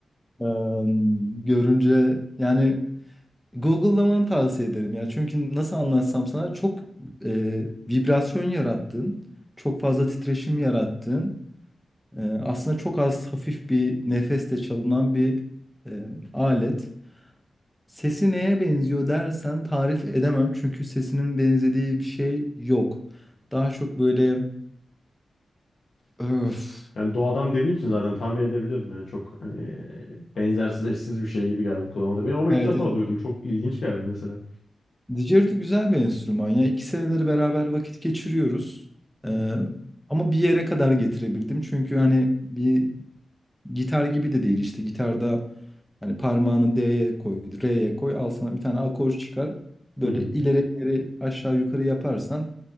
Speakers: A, in the centre; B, on the left.
A: em, görünce yani Google'lamanı tavsiye ederim ya. Çünkü nasıl anlatsam sana çok e, vibrasyon yarattığın, çok fazla titreşim yarattığın, e, aslında çok az hafif bir nefeste çalınan bir e, alet. Sesi neye benziyor dersen tarif edemem çünkü sesinin benzediği bir şey yok. Daha çok böyle Öf.
B: Yani doğadan dediğin için zaten tahmin edebiliyorum. Yani çok hani e, benzersiz eşsiz bir şey gibi geldi kulağıma da benim ama
A: Evet,
B: ilk defa
A: evet.
B: duydum. Çok ilginç geldi mesela.
A: Didgeridoo güzel bir enstrüman ya. İki seneleri beraber vakit geçiriyoruz. Ee,
B: Hı hı.
A: ama bir yere kadar getirebildim. Çünkü hani bir gitar gibi de değil işte gitarda hani parmağını D'ye koy, R'ye koy al sana bir tane akor çıkar. Böyle
B: Hı hı.
A: ileri ileri aşağı yukarı yaparsan